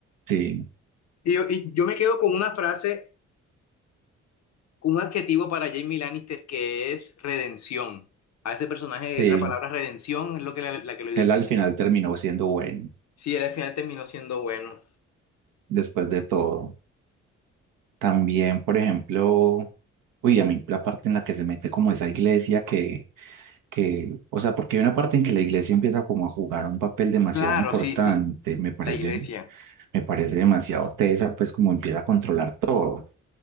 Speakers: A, on the right; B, on the left.
A: sí,
B: Y yo, y yo me quedo con una frase, con un adjetivo para Jaime Lannister que es redención. A ese personaje
A: sí.
B: es la palabra redención, es lo que la, la que lo identifica.
A: Él al final terminó siendo bueno,
B: Sí, él al final terminó siendo bueno.
A: después de todo. También, por ejemplo, uy, a mí la parte en la que se mete como esa iglesia que que, o sea, porque hay una parte en que la iglesia empieza como a jugar un papel demasiado
B: Claro,
A: importante,
B: sí, sí,
A: me parece,
B: la iglesia.
A: me parece demasiado tesa, pues como empieza a controlar todo.